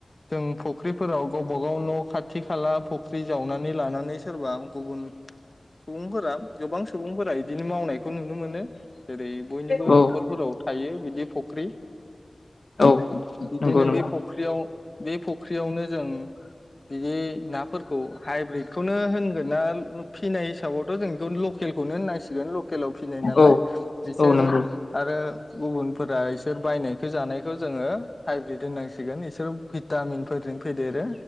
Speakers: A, on the left; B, on the left.
A: जों फख्रिफोराव गावबा गाव न' खाथ थि खाला फुख्रि जावनानै लानानै सोरबा गुबुन सुबुंफोरा गोबां सुबुंफोरा इदिनो मावनायखौ नुनो मोनो जेरै बयनिबो
B: औ
A: नखरफोराव थायो बिदि फख्रि
B: औ
A: बिदिनो
B: नंगौ नंगौ
A: बे फख्रियाव बे फुख्रियावनो जों बिदि नाफोरखौ हाइब्रिदखौनो होनगोन ना फिनाय हिसाबावथ' जों बेखौ लकेलखौनो होननां सिगोन। केलाव फिनाय नालाय
B: औ
A: बिसोरो
B: औ नंगौ
A: आरो गुबुनफोरा इसोर बायनायखो जानायखौ जोङो हाइब्रिद होननांसिगोन इसोर भिटामिन फोरदों फेदेरो।